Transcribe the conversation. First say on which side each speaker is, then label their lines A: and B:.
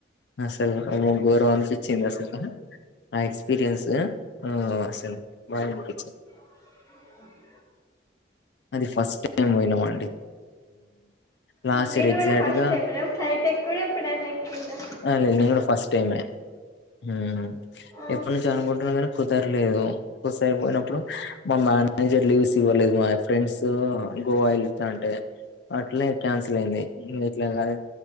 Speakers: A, on the left; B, on the left.
A: అసలు గోరం అనిపించ్చింది అసలు ఆ ఎక్స్పీరియన్స్ అసలు బాగుందనిపించింది
B: ్
A: అది ఫస్ట్ టైం పోయినాం అండి. లాస్ట్
B: మీరు
A: ఇయర్ ఎగ్జాక్ట్
B: కూడా ఫస్ట్
A: గా
B: టైమ్ ఎన ఫ్లైట్ ఎక్కువైనాయి ఎక్కిండ్ర
A: లేద్ నేగన్ కూడా ఫస్ట్ టైమ్ మ్.
B: ఆహా
A: ఎప్పుడు నుంచి అనుకుంటున్నా కానీ కుదరలేదు. ఒక్కసరిపోయినప్పుడు మా మేనేజర్ లీవ్స్ ఇవ్వలేదు మా. ఫ్రెండ్స్ గోవా వెళ్తుాంటే అట్లానే క్యాన్సిల్ అయింది ఇట్లా కాదు.